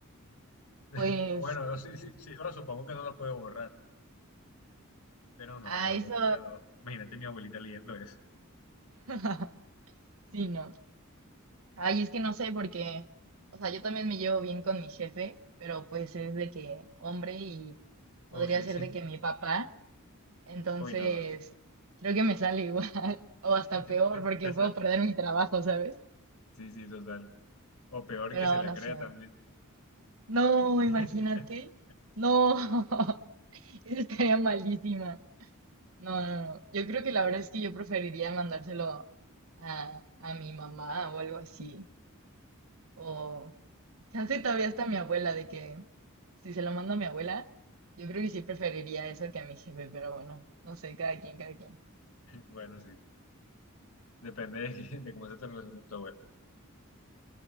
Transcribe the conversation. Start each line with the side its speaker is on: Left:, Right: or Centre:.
Left: <laughs>
Right: Pues
Left: Bueno, sí, sí, sí, no, supongo que no lo puedo borrar, pero no,
Right: a
Left: mi abuelita
Right: eso,
Left: no. Imagínate mi abuelita leyendo eso.
Right: <laughs> sí, no. Ay, es que no sé porque, o sea, yo también me llevo bien con mi jefe, pero pues es de que hombre y podría
Left: Oh, sí,
Right: ser
Left: sí.
Right: de que mi papá, entonces
Left: Uy, no, no. no.
Right: creo que me sale igual <laughs> o
Left: <laughs>
Right: hasta peor porque
Left: Te
Right: puedo
Left: sale.
Right: perder mi trabajo, ¿sabes?
Left: Sí, sí, total. O peor
Right: Pero
Left: que se la
Right: no
Left: crea
Right: sé.
Left: también.
Right: No, imagínate.
Left: <laughs>
Right: No, <laughs> eso estaría malísima. No, no, no. Yo creo que la verdad es que yo preferiría mandárselo a, a mi mamá o algo así. O, Chance todavía está mi abuela, de que si se lo mando a mi abuela, yo creo que sí preferiría eso que a mi jefe, pero bueno, no sé, cada quien, cada quien.
Left: Bueno, sí. Depende de, qué- de cómo se te relaciona con tu abuela.